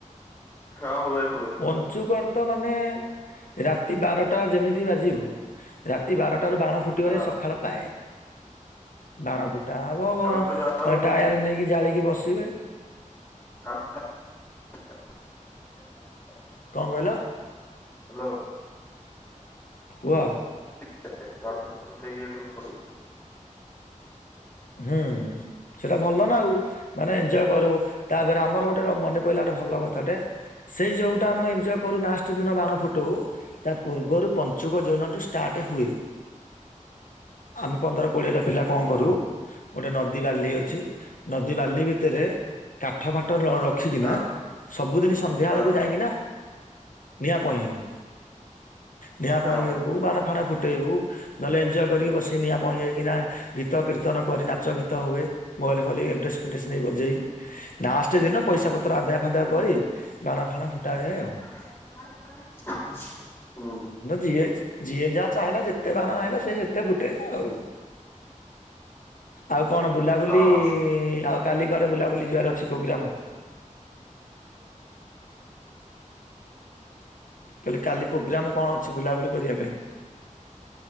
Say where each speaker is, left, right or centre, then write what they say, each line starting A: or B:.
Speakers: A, on the left; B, on the left.
A: ହଁ ହୁଏ ହୁଏ ହୁଏ
B: ପଞ୍ଚୁକର୍ ତ ମାନେ ରା ରାତି ବାରଟା ଯେମିତି ବାଜିବ ରାତି ବାରଟାରୁ ବାଣ ଫୁଟିବ
A: ହଁ
B: ଯେ ସକାଳ ପାଏ। ବାଣ ଫୁଟା ହବ
A: ଆମେ ତ ଯାଉ
B: ଟାୟାର ନେଇକି ଜାଳିକି ବସିବେ।
A: <unintelligible>
B: କଣ କହିଲ?
A: ହ୍ୟାଲୋ।
B: କୁହ।
A: <unintelligible>
B: ହୁଁ। ସେଇଟା ଭଲ ନା ଆଉ ମାନେ ଏଞ୍ଜୟ କରୁ ତାପରେ ଆମର ଗୋଟେ ମନେ ପଇିଲଲା ଗୋଟେ ଭଲ କଥାଟେ ସେଇ ଯୋଉଟା ଆମେ ଏଜୟ କରୁ ନାଷ୍ଟ ଦିନ ବାଣ ଫୁ ଟୁ ତା ପୂର୍ବରୁ ପଞ୍ଚୁକ ଯୌନଠୁ ଷ୍ଟାର୍ଟ ହୁଏ। ଆମେ ପନ୍ଦର କୋଡିଏ ଟା ପିଲା କଣ କରୁ ଗୋଟେ ନଦୀ ବାଲି ଅଛି ନଦୀ ବାଲି ଭିତରେ କାଠ ଫାଟ ରଖିକିନା
A: ହଁ
B: ସବୁଦିନ ସନ୍ଧ୍ୟା
A: ହଁ
B: ବଳକୁ ଯାଇକିନା ନିଆଁ ପଇଁହବୁ। ନିଆଁ
A: ହଁ
B: ପଇଁ ହେବୁ ବାଣ ଫାଣ ଫୁଟେଇବୁ। ନହେଲେ ଏଞ୍ଜୟ କରିକି ବସି ନିଆଁ ପହଁ ହେଇକିନା ଗୀତ କୀର୍ତ୍ତନ କରି ନାଚ ଗୀତ ହୁଏ ମୋବଲ୍ ଫୋବଲ ଣ୍ଟରେଷ୍ଟ ଫେଣ୍ଟରେଷ୍ଟ ନେଇ ବଜେଇ ଲଷ୍ଟ ଦିନ ପଇସା ପତ୍ର ଆଦାୟ ଫାଦା
A: ହୁଁ
B: କରି ବାଣ ଫାଣ ଫୁଟା ଯାଏ ଆଉ।
A: ମ ହୁଁ।
B: ଯିଏ ଯିଏ ଯାହା ଚାହିଁଲା ଯେତେ ବାଣ ଚାହିଁଲା ସେ ସେତେ ଫୁଟେଇଲା ଆଉ। ଆଉ କଣ ବୁଲାବୁଲି
A: ହଁ
B: ଆଉ କାଲି କଆଡେ ବୁଲାବୁଲି ଯିବାର ଅଛି ପ୍ରୋଗ୍ରାମ? କହିଲେ କାଲି ପ୍ରୋଗ୍ରାମ କଣ ଅଛି ବୁଲାବୁଲି କରିବା ପାଇଁ?